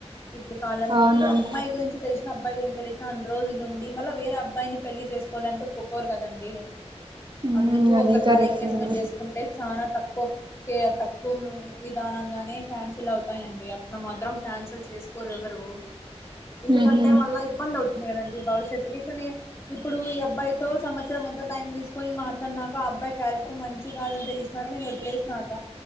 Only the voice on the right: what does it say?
అవునండి
ఉమ్
అదే
కరెక్ట్
అండి
ఉహు